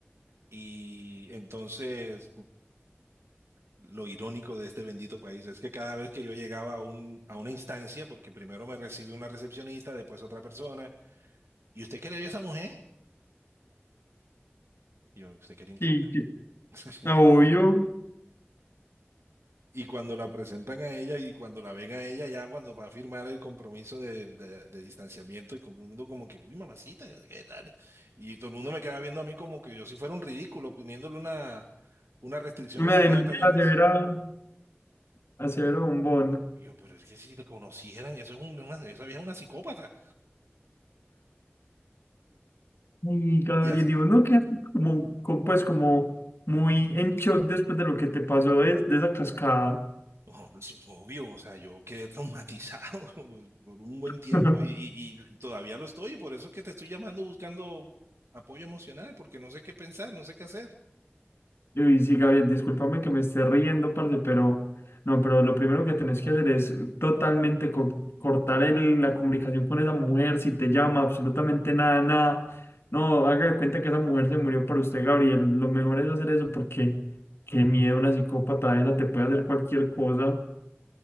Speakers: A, on the right; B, on the left.
A: Y entonces lo irónico de este bendito país es que cada vez que yo llegaba a un, a una instancia, porque primero me recibió una recepcionista, después otra persona, ¿y usted qué le vio a esa mujer? Y yo, ¿usted qué le importa?
B: Sí, que-
A: <laughs>
B: ah, obvio,
A: Y cuando la presentan a ella y cuando la ven a ella, ya cuando va a firmar el compromiso de, de- de distanciamiento y todo el mundo como que, uy, mamacita, ¿qué tal? Y todo el mundo me queda viendo a mí como que yo si fuera un ridículo poniéndole una, una restricción
B: me
A: a una
B: denuncia
A: vieja tan... ar-
B: a Severa, a
A: Yo,
B: Severo Bombón.
A: yo, pero es que si la conocieran, eso es un- una, esa vieja es una psicópata.
B: Y Gabriel,
A: Y, as-
B: digo, no quedaste como, como, pues como muy en shock después de lo que te pasó de, de esa cascada.
A: Oh, pues, obvio, o sea, yo quedé traumatizado <laughs> pues, por un buen
B: <laughs>
A: tiempo y, y- y todavía lo estoy, y por eso es que te estoy llamando buscando apoyo emocional, porque no sé qué pensar, no sé qué hacer.
B: Y sí, Gabriel, discúlpame que me esté riendo, parce, pero no, pero lo primero que tenés que hacer es totalmente co- cortar el- la comunicación con esa mujer, si te llama, absolutamente nada, nada. No, haga de cuenta que esa mujer se murió por usted, Gabriel. Lo mejor es hacer eso porque qué miedo, una psicópata esa te puede hacer cualquier cosa.